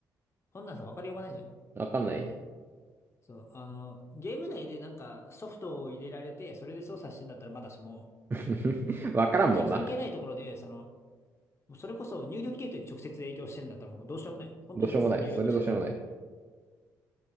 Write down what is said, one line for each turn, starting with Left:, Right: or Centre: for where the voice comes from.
Left: こんなんさ、わかりようがないじゃん。
Right: わかんないね。
Left: そう、あの、ゲーム内でなんかソフトを入れられて、それで操作してんだったらまだしも、
Right: <laughs> わからんもんな。
Left: 本当に関係ないところで、その、もうそれこそ入力系統に直接影響してるんだったらもうどうしようもない。本当に実際に入力してるんだったら。
Right: どうしようもない。それどうしようもない。